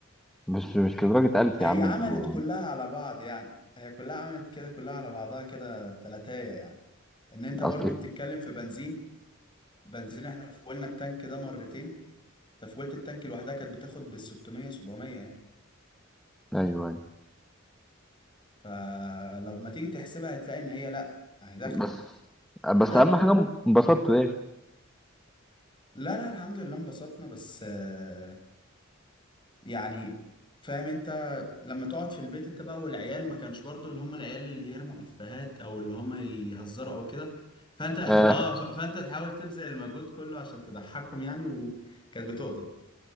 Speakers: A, in the centre; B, on the left.
A: بس مش لدرجه 1000
B: هي
A: يا عم
B: عملت
A: انتوا
B: كلها على بعض يعني هي كلها عملت كده كلها على بعضها كده تلاتاية يعني ان انت
A: اصلك
B: برضو بتتكلم في بنزين بنزين احنا فولنا التانك ده مرتين تفويلة التانك لوحدها كانت بتاخد بال 600 700 يعني
A: ايوه ايوه
B: فلما تيجي تحسبها هتلاقي ان هي لا يعني داخله
A: بس
B: وده
A: بس اهم حاجه انبسطتوا يعني
B: لا لا الحمد لله انبسطنا بس آه، يعني فاهم انت لما تقعد في البيت انت بقى والعيال ما كانش برضو اللي هم العيال اللي يرموا افيهات او اللي هم يهزروا او كده فانت <laughs> اه
A: آه
B: ف- فانت تحاول تبذل المجهود كله عشان تضحكهم يعني وكانت بتقضى